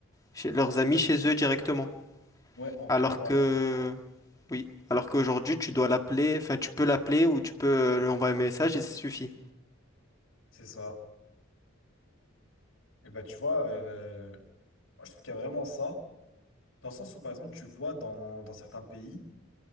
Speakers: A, on the left (about 15°); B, on the left (about 70°).
A: chez leurs amis, chez eux directement.
B: ouais, en
A: Alors
B: toquant.
A: que,
B: à
A: oui, alors qu'aujourd'hui, tu dois l'appeler, enfin, tu peux l'appeler ou tu peux euh, lui envoyer un message et ça suffit.
B: C'est ça. Et ben, tu vois, euh, moi, je trouve qu'il y a vraiment ça, dans le sens où, par exemple, tu vois, dans, dans certains pays,